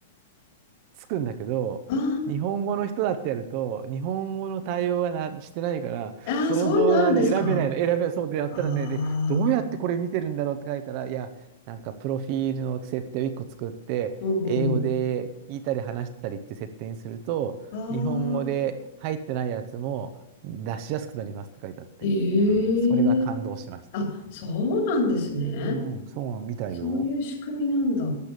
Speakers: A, on the right; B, on the left.
A: つくんだけど、
B: あ
A: 日本語の人だってやると、日本語の対応がなしてないから、
B: あ、
A: その動画がね、
B: ああ、そういうのあるんですか
A: 選べないの、選べ、そうでやったらね、
B: あ
A: で、どうやってこれ見てるんだろうって書いたら、
B: あ、
A: いや、なんかプロフィールの設定を1個作って、
B: うんうん
A: 英語で聞いたり話したりって設定にすると、
B: うん。
A: 日本語で入ってないやつも出しやすくなりますって書いてあって、
B: ああ、ええ
A: それは感動しました。
B: あ、そうなんですね。
A: うん、そうなの、見たいよ。
B: そういう仕組みなんだ。